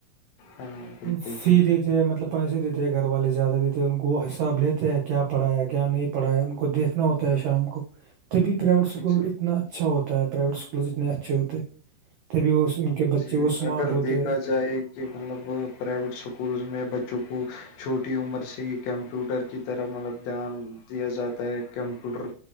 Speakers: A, on the left; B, on the right.
A: ہاں بالکل
B: فی
A: بھائی
B: مطلب پیسے دیتے ہیں گھر والے زیادہ دیتے ہیں ان کو وہ حساب لیتے ہیں کیا پڑھا ہے کیا نہیں پڑا ہے ان کو دیکھنا ہوتا ہے شام کو تبھی پرائیویٹ اسکول
A: جی
B: اتنا اچھا ہوتا ہے پرائیویٹ اسکولز اتنے اچھے ہوتے ہیں تبھی وہ ان کے بچے
A: جی
B: وہ اسمارٹ
A: اگر
B: ہوتے
A: دیکھا
B: ہیں
A: جائے کہ مطلب پرائیویٹ اسکولز میں بچوں کو چھوٹی عمر سے کمپیوٹر کی طرح مطلب دھیان دیا جاتا ہے کمپیوٹر